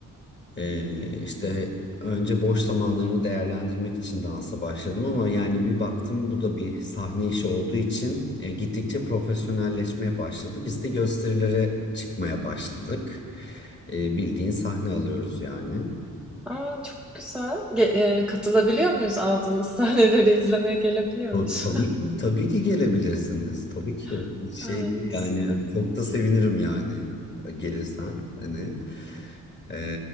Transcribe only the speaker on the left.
E, işte önce boş zamanlarımı değerlendirmek için dansa başladım ama yani bir baktım bu da bir sahne işi olduğu için e, gittikçe profesyonelleşmeye başladı. Biz de gösterilere çıkmaya başladık. E, bildiğin sahne alıyoruz yani.
Ta-
Tabii ki, tabii ki gelebilirsiniz. Tabii ki.
Hiç Şey
değil
yani hani çok da sevinirim yani e, gelirsen. Hani e,